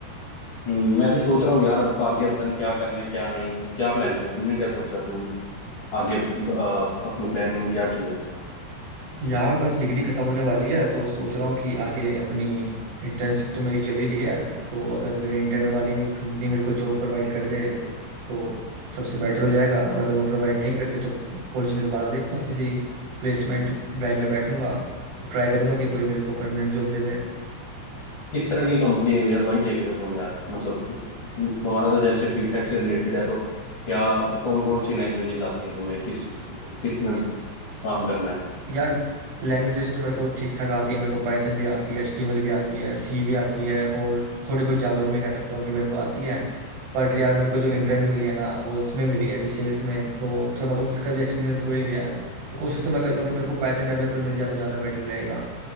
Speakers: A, on the left; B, on the right.
A: हम्म, मैं भी सोच रहा हूँ यार अब आगे पता नहीं क्या करना है क्या नहीं मतलब क्या प्लानिंग है तुमने क्या सोचा अपनी आगे अ, अपने प्लानिंग में क्या किया है
B: यार बस डिग्री खत्म होने वाली है तो सोच रहा हूँ कि आगे अपनी इंटर्नशिप तो मेरी चली रही है तो अगर मेरे इंटर्न वाली कंपनी मेरे को जॉब प्रोवाइड कर दे तो सबसे बेटर हो जाएगा और अगर वो प्रोवाइड नहीं करती तो कॉलेज में दोबारा देखता हूँ किसी प्लेसमेंट ड्राइव में बैठूंगा ट्राई करूंगा कि कोई मेरे को परमानेंट जॉब दे
A: किस तरह की कंपनी है यार भाई देख रहे हो तुम यार मतलब तुम्हारा तो जैसे बीटेक से रिलेटेड है तो क्या कौन कौन सी लैंग्वेजेस आती हैं तुम्हें किस किस में
B: दे
A: काम करना है
B: यार लैंग्वेजेस तो मेरे को ठीक ठाक आती है मेरे को पाइथन भी आती है एचटीएमएल भी आती है सी भी आती है और थोड़ी बहुत जावा भी मैं कह सकता हूँ कि मेरे को आती है बट यार मेरे को जो इंटर्न मिली है ना वो उसमें मिली है अभी सेल्स में तो थोड़ा बहुत इसका भी एक्सपीरियंस हो ही गया है तो कोशिश तो मैं करूंगा कि मेरे को पाइथन डेवलपर मिल जाए तो ज़्यादा बेटर रहेगा